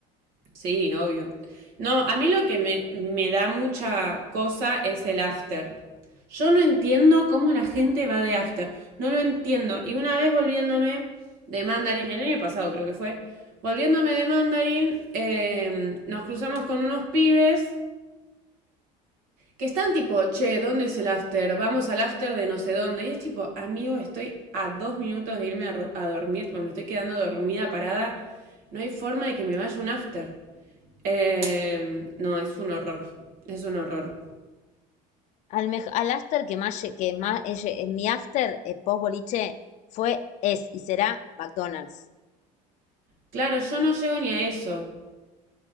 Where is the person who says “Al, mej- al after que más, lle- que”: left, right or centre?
Left